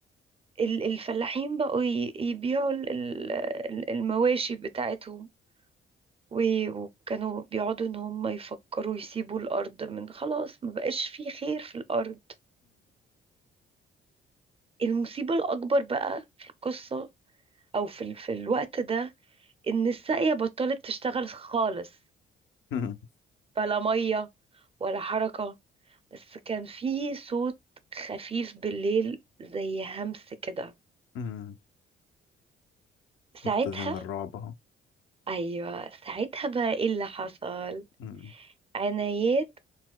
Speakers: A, on the right; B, on the left.
A: ال- الفلاحين بقوا ي- يبيعوا ال- ال- ال- المواشي بتاعتهم و- وكانوا بيقعدوا ان هم يفكروا يسيبوا الارض من خلاص ما بقاش في خير في الارض المصيبة الاكبر بقى في القصة او في ال- في الوقت ده ان الساقية بطلت تشتغل خالص
B: امم
A: بلا مية ولا حركة بس كان في صوت خفيف بالليل زي همس كده
B: امم
A: ساعتها
B: مبتدئين الرعب اهو
A: ايوه ساعتها بقى ايه اللي حصل
B: امم
A: عنايات